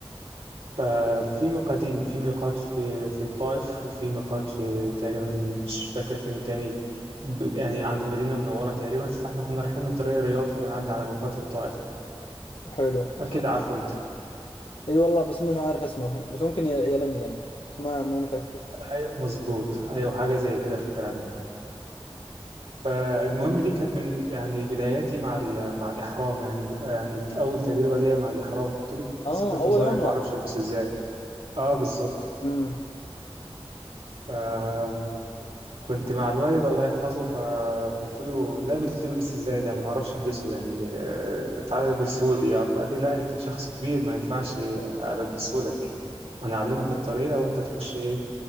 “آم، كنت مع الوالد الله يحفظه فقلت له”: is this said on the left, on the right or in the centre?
Right